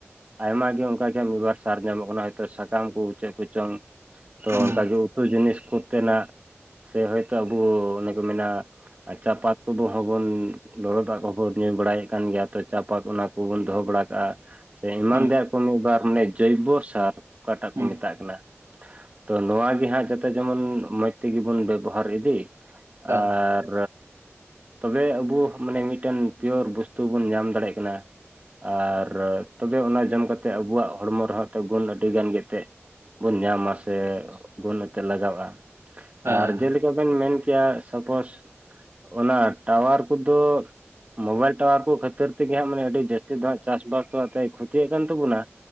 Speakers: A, on the right; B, on the right.
A: ᱟᱭᱢᱟ ᱜᱮ ᱚᱝᱠᱟ ᱜᱮ ᱢᱤᱫᱵᱟᱨ ᱥᱟᱨ ᱧᱟᱢᱚᱜ ᱠᱟᱱᱟ ᱦᱳᱭᱛᱚ ᱥᱟᱠᱟᱢ ᱠᱚ ᱪᱮᱫ ᱠᱚᱪᱚᱝ ᱛᱚ
B: ᱦᱮᱸ
A: ᱚᱝᱠᱟᱜᱮ ᱩᱛᱩ ᱡᱤᱱᱤᱥ ᱠᱚᱛᱮᱱᱟᱜ ᱥᱮ ᱦᱚᱳᱭᱛᱳ ᱟᱵᱚ ᱚᱱᱮ ᱠᱚ ᱢᱮᱱᱟ ᱟᱨ ᱪᱟᱯᱟᱫ ᱠᱚᱫᱚ ᱦᱚᱸᱵᱚᱱ ᱞᱚᱞᱚᱫᱟᱜ ᱠᱚᱵᱚᱱ ᱧᱩᱭ ᱵᱟᱲᱟᱭᱮᱫ ᱠᱟᱱ ᱜᱮᱭᱟ ᱛᱚ ᱪᱟᱯᱟ ᱟᱯᱟᱛ ᱩᱱᱟ ᱠᱩᱵᱚᱱ ᱫᱚᱦᱚ ᱵᱟᱲᱟ ᱠᱟᱜ-ᱟ ᱥᱮ ᱤᱢᱟᱱ
B: ᱦᱮᱸ
A: ᱛᱮᱭᱟᱜ ᱠᱚ ᱢᱤᱫ ᱵᱟᱨ ᱢᱟᱱᱮ ᱡᱟᱹᱭᱵᱚ ᱥᱟᱨ᱾ ᱚᱠᱟᱴᱟᱜ ᱠᱚ
B: ᱦᱮᱸ
A: ᱢᱤᱛᱟᱜ ᱠᱟᱱᱟ? ᱛᱚ ᱱᱚᱣᱟ ᱜᱮᱦᱟᱸᱜ ᱡᱟᱛᱮ ᱡᱮᱢᱚᱱ ᱢᱚᱡᱽ ᱛᱮᱜᱮ ᱵᱚᱱ ᱵᱮᱵᱚᱦᱟᱨ ᱤᱫᱤ
B: ᱦᱮᱸ
A: ᱟᱨ ᱛᱚᱵᱮ ᱟᱵᱚ ᱢᱟᱱᱮ ᱢᱤᱫᱴᱮᱱ ᱯᱤᱭᱳᱨ ᱵᱚᱥᱛᱩ ᱵᱚᱱ ᱧᱟᱢ ᱫᱟᱲᱮᱭᱟᱜ ᱠᱟᱱᱟ ᱟᱨ ᱛᱚᱵᱮ ᱚᱱᱟ ᱡᱚᱢ ᱠᱟᱛᱮᱫ ᱟᱵᱚᱣᱟᱜ ᱦᱚᱲᱢᱚ ᱨᱮᱦᱚᱸ ᱛᱚ ᱜᱩᱱ ᱟᱹᱰᱤ ᱜᱟᱱ ᱜᱮᱛᱮᱜ ᱵᱚᱱ ᱧᱟᱢᱟ ᱥᱮ ᱜᱩᱱ ᱮᱱᱛᱮᱫ ᱞᱟᱜᱟᱣᱼᱟ
B: ᱦᱮᱸ ᱦᱮᱸ
A: ᱟᱨ ᱡᱮᱞᱮᱠᱟ
B: ᱦᱮᱸ
A: ᱵᱮᱱ ᱢᱮᱱ ᱠᱮᱭᱟ ᱥᱟᱯᱳᱥ ᱚᱱᱟ ᱴᱟᱣᱟᱨ ᱠᱚᱫᱚ ᱢᱳᱵᱟᱭᱤᱞ ᱴᱟᱣᱟᱨ ᱠᱚ ᱠᱷᱟᱹᱛᱤᱨ ᱛᱮᱜᱮ ᱦᱟᱸᱜ ᱢᱟᱱᱮ ᱟᱹᱰᱤ ᱡᱟᱹᱥᱛᱤ ᱫᱚ ᱦᱟᱸᱜ ᱪᱟᱥᱵᱟᱥ ᱛᱟᱞᱟ ᱛᱮᱭ ᱠᱷᱩᱛᱤᱭᱮᱜ ᱠᱟᱱ ᱛᱟᱵᱚᱱᱟ